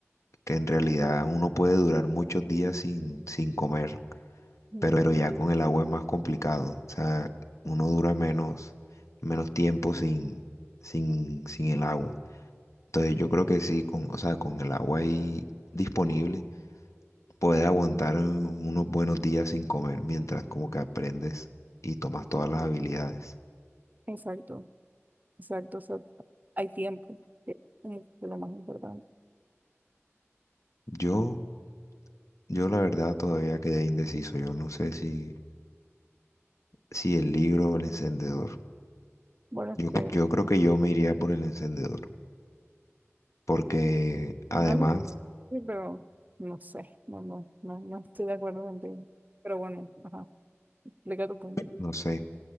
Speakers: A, on the left (about 85°); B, on the right (about 35°).
A: que en realidad uno puede durar muchos días sin, sin comer,
B: Mm,
A: pero, pero ya con el agua es más complicado. O sea, uno dura menos, menos tiempo sin, sin, sin el agua. Entonces yo creo que sí, con, o sea, con el agua ahí disponible, puedes aguantar unos buenos días sin comer mientras como que aprendes y tomas todas las habilidades.
B: Exacto, exacto. o sea, hay tiempo, que es como que lo más importante.
A: Yo, yo la verdad todavía quedé indeciso. Yo no sé si, si el libro o el encendedor.
B: Bueno,
A: Yo,
B: es que
A: yo creo que yo me iría por el encendedor. porque además,
B: una se puede decir, pero no sé, no, no, no, no estoy de acuerdo contigo. Pero bueno, ajá, explica tu punto.
A: no sé,